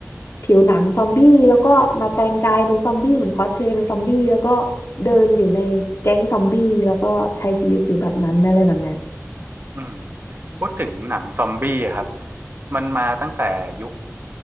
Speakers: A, on the left (about 55°); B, on the right (about 40°).
A: ผิวหนังซอมบี้แล้วก็มาแปลงกายเป็นซอมบี้เหมือนคอสเพลย์เป็นซอมบี้แล้วก็เดินอยู่ในแก๊งซอมบี้แล้วก็ใช้ชีวิตอยู่แบบนั้นอะไรแบบเนี้ย
B: อืมพูดถึงหนังซอมบี้อะครับมันมาตั้งแต่ยุค